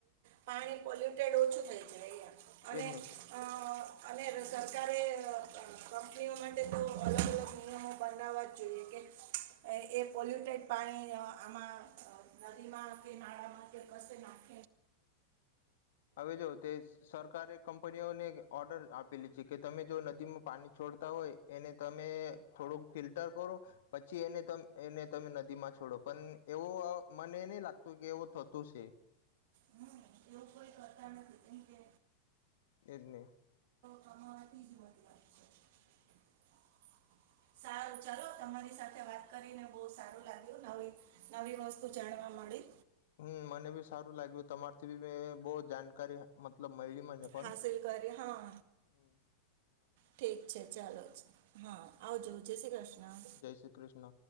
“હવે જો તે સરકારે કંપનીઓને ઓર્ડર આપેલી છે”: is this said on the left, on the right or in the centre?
Left